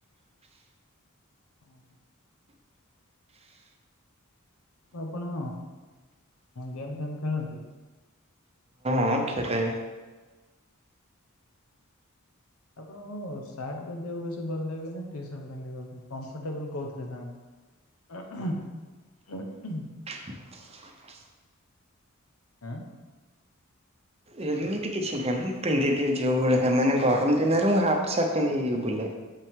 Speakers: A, on the left (about 85°); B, on the right (about 30°).
A: ଓ ହୋ। ଆପଣ ଗେମ୍ ଫେମ ଖେଳନ୍ତି?
B: ହଁ ଖଳେ
A: ଆପଣଙ୍କୁ ସାର୍ଟ ପିନ୍ଧିବାକୁ ବେଶୀ ଭଲ ଲାଗେ ନା ଟି ସାର୍ଟ ପିନ୍ଧିବାକୁ କମ୍ଫର୍ଟେବୁଲ କୋଉଥିରେ ଥାନ୍ତି? ଅଁହୁ ଅଁ ଉ
B: ସ୍ଂ
A: ଆଁ
B: ଏମିତି କିଛି ନାହିଁ ମୁଁ ପିନ୍ଧିଦିଏ ଯେଉଁଭଳିଆ ମାନେ ଗରମ ଦିନରେ ମୁଁ ହାଫ୍ ସାର୍ଟ ପିନ୍ଧିିକି ବୁଲେ